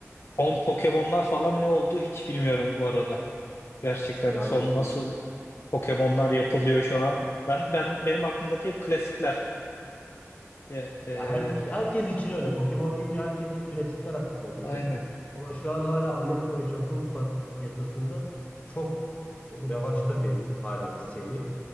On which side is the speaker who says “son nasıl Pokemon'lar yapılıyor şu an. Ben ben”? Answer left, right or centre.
Left